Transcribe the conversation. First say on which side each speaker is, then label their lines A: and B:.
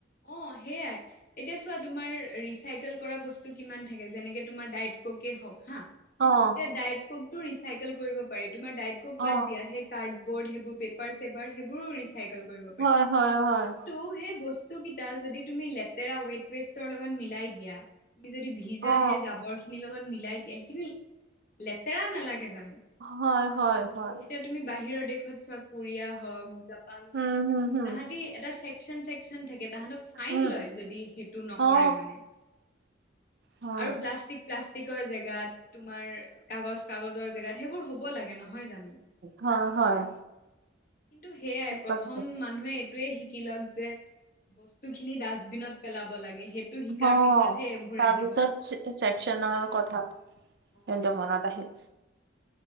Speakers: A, on the left (about 45°); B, on the right (about 60°).
A: অঁ, সেইয়াই। এতিয়া চোৱা, তোমাৰ ৰিচাইকেল কৰা বস্তু কিমান থাকে, যেনেকে তোমাৰ ডাইট ক'কে হওক হা
B: অঁ।
A: ডায়েট ক'ক টো ৰিচাইকেল কৰিব পাৰি, তোমাৰ ডায়েট ক'ক
B: অ
A: বাদ দিয়া সেই কাৰ্ডবৰ্ড সেইবোৰ পেপাৰ চেপাৰ সেইবোৰো ৰিচাইকেল কৰিব পাৰি,
B: হয় হয় হয়
A: কিন্তু সেই ব তো কি তাত যদি তুমি লেতেৰা ৱেট ৱেষ্টৰ লগত মিলাই দিয়া তুমি যদি ভিজা
B: অ
A: সেই জাবৰ খি নি লগত মিলাই দিয়ে, সেইখিনি লেতেৰা নালাগে জানো।
B: হয় হয় হয়।
A: যে তুমি বাহিৰৰ দেশত চোৱা, কোৰিয়া হওক, জাপান
B: উম
A: হওক
B: হম হম
A: তাহাঁতি এটা চেক চন চেকচন থাকে তাহাঁতক ফাইন
B: উম
A: লয়, যদি সেইটো নকৰে
B: অ
A: মানে।
B: হয়
A: আৰু প্লাষ্টিক প্লাষ্টিকৰ জেগাত, তোমাৰ কাগজ কাগজৰ জেগাত সেইবোৰ হ'ব লাগে ন হয় জানো,
B: হয় হয়
A: কিন্তু সেয়াই
B: ঠিক
A: প্ৰথম
B: কথা
A: মানুহে এই টোৱেই, শিকি লওক যে স্তুখিনি, ডাষ্টবিনত পেলাব লাগে, সেইটো শিকাৰ
B: অ
A: পিছতহে এইবোৰ
B: তাৰপিছত
A: আহিব।
B: চেকচনৰ কথাটো,
A: মানে
B: এইটো মনত আহিল।